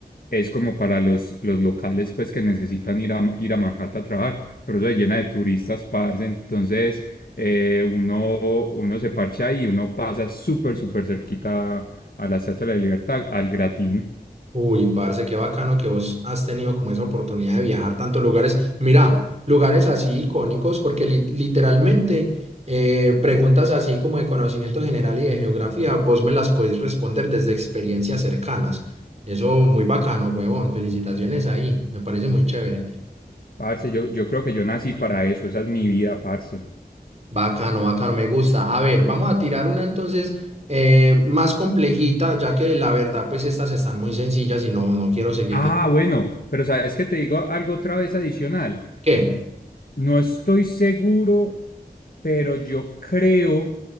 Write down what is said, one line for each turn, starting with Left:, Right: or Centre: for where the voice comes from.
Left: es como para los, los locales pues que necesitan ir a, ir a Manhattan a trabajar, pero eso se llena de turistas, parce, entonces eh, uno, uno se parcha ahí y uno pasa súper, súper cerquita a la Estatua de la Libertad, al Gratín.
Right: Uy, parce, qué bacano que vos has tenido como esa oportunidad de viajar tantos lugares. Mira, lugares así icónicos, porque li- literalmente eh, preguntas así como de conocimiento general y de geografía, vos me las podés responder desde experiencias cercanas. Eso muy bacano, huevón. Felicitaciones ahí. Me parece muy chévere.
Left: Parce, yo, yo creo que yo nací para eso, esa es mi vida, parce.
Right: Bacano, bacano, me gusta. A ver, vamos a tirar una entonces eh, más complejita, ya que la verdad, pues estas están muy sencillas y no, no quiero seguirte.
Left: Ah, bueno, pero ¿sabes que te digo algo otra vez adicional?
Right: ¿Qué?
Left: No estoy seguro, pero yo creo